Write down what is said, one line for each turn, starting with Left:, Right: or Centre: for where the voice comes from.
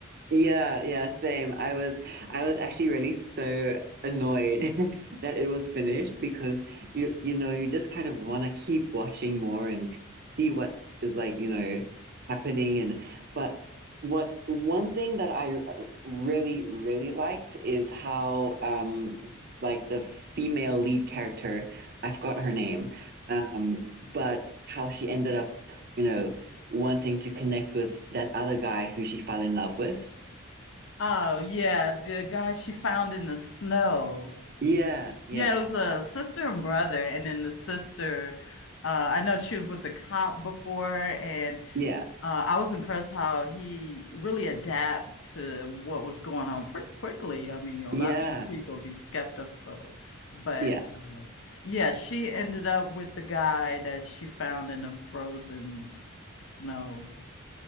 Right: Yeah, yeah, same. I was I was actually really so annoyed <laughs> that it was finished because you you know, you just kind of want to keep watching more and see what is like, you know, happening and but what one thing that I really really liked is how um like the female lead character, I forgot her name, um but how she ended up, you know, wanting to connect with that other guy who she fell in love with.
Left: Oh yeah, the guy she found in the snow.
Right: Yeah, yeah,
Left: Yeah, it was a sister and brother, and then the sister. Uh, I know she was with the cop before, and
Right: yeah,
Left: uh, I was impressed how he really adapted to what was going on pretty quickly. I mean, a
Right: yeah,
Left: lot of people be skeptical, but
Right: yeah,
Left: uh, yeah, she ended up with the guy that she found in the frozen snow.